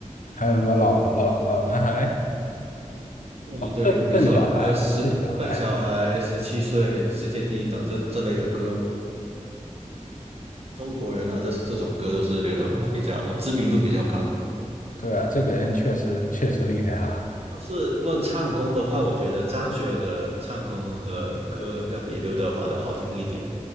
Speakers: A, on the left; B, on the right.
A: 还有什么老老老男孩，
B: 嗯，对，
A: 笨笨小孩，
B: 没错，还有十笨小孩、
A: 笨小孩。
B: 十七岁、世界第一等这这类的歌，中国人啊，这这种歌都是刘德华比较知名度比较高的歌。
A: 对啊，这个人确实确实厉害哈、
B: 但是论唱功的话，我觉得张学友的唱功和歌要比刘德华的好听一点。